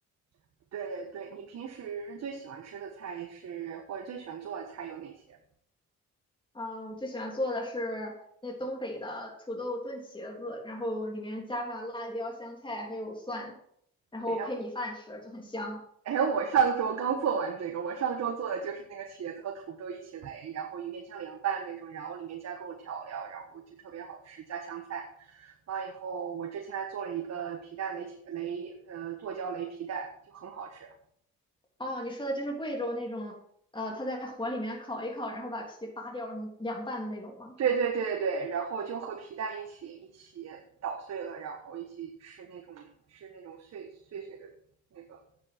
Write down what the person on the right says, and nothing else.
<laughs> 对对，对，你平时最喜欢吃的菜是或者最喜欢做的菜有哪些？
哎呀，哎，我上周刚做完这个，我上周做的就是那个茄子和土豆一起擂，然后有点像凉拌那种，然后里面加各种调料，然后就特别好吃，加香菜。完以后，我之前还做了一个皮蛋擂茄擂，呃，剁椒擂皮蛋，就很好吃。
对对对对对，然后就和皮蛋一起一起捣碎了，然后一起吃那种吃那种碎碎碎的那个